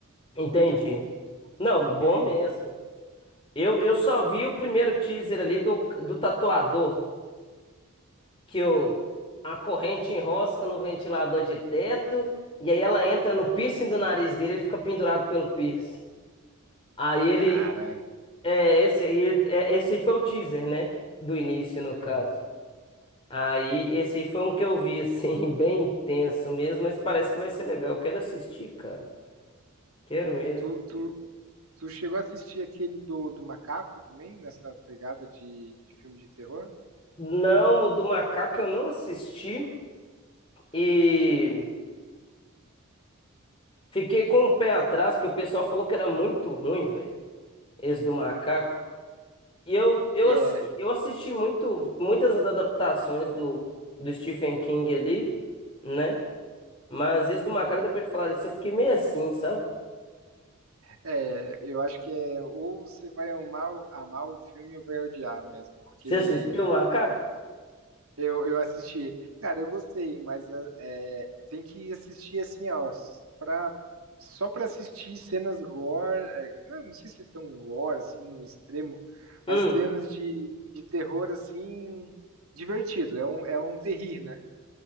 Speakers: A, on the left (about 25°); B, on the right (about 80°).
A: entendi.
B: muito bom.
A: Não, bom
B: <laughs>
A: mesmo. Eu, eu só vi o primeiro teaser ali do, do tatuador, que o, a corrente enrosca no ventilador de teto, e aí ela entra no piercing do nariz dele, ele fica pendurado pelo piercing. Aí ele.
B: Cara.
A: É, esse aí, é, esse aí foi o teaser, né? Do início, no
B: Uhum.
A: caso. Aí, esse aí foi um que eu vi, assim, <laughs> bem intenso mesmo, mas parece que vai ser legal. Eu quero assistir, cara. Quero
B: Pô,
A: mesmo.
B: Tu, tu, tu chegou a assistir aquele do, do macaco também, nessa pegada de, de filme de terror?
A: Não, o do macaco eu não assisti e fiquei com o pé atrás, porque o pessoal falou que era muito ruim, velho, esse do macaco. E eu, eu,
B: É,
A: assim, eu assisti muito, muitas adaptações do, do Stephen King ali, né? Mas esse do macaco, depois que falaram isso, eu fiquei meio assim, sabe?
B: é, eu acho que é ou você vai amar, o- amar o filme ou vai odiar mesmo, porque
A: Você assistiu o macaco?
B: Eu, eu assisti. Cara, eu gostei, mas ah, é, tem que assistir assim, ó, pra, só pra assistir cenas gore. é, não, não sei se é tão gore, assim, no extremo, mas
A: Hum.
B: cenas de, de terror, assim, divertido. É um, é um terrir, né?